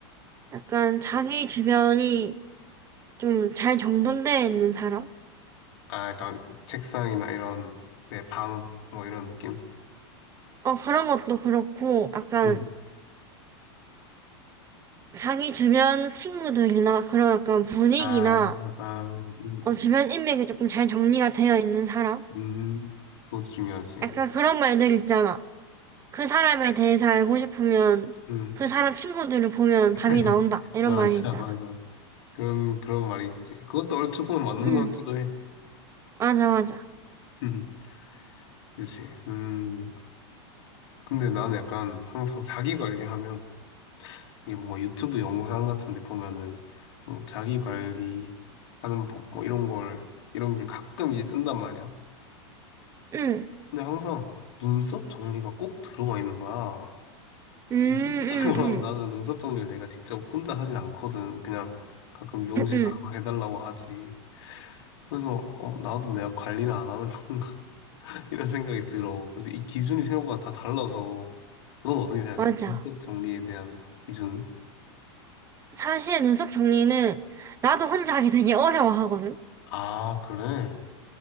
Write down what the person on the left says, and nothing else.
아, 약간 책상이나 이런 내 방, 뭐 이런 느낌?
음.
아, 아, 음,
음. 그것도 중요하지.
음.
<laughs>
맞아,
맞아. 그런, 그런 말이 있지. 그것도 얼추 보면 맞는
것 같기도 해.
<laughs> 그렇지. 음. 근데 나는 약간 항상 자기 관리하면 이게 뭔가 유튜브 영상 같은 데 보면은 뭐 자기 관리하는 법 뭐 이런 걸 이런 게 가끔 이제 뜬단 말이야.
근데 항상 눈썹 정리가 꼭 들어가 있는 거야.
솔직히 <laughs> 말하면
나는 눈썹 정리를 내가 직접 혼자 하진 않거든. 그냥 가끔 미용실
가고 해달라고 하지. 그래서 어 나도 내가 관리를 안 하는 건가 <laughs> 이런 생각이 들어. 근데 이 기준이 생각보다 다 달라서 넌 어떻게 생각해?
눈썹 정리에 대한 기준은?
아 그래?